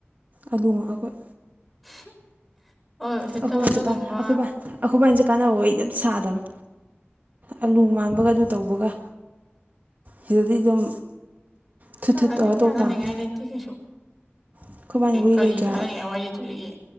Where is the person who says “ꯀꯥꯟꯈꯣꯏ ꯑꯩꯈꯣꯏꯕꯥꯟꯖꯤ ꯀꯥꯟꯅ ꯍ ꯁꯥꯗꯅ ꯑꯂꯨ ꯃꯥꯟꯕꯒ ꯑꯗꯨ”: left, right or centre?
Right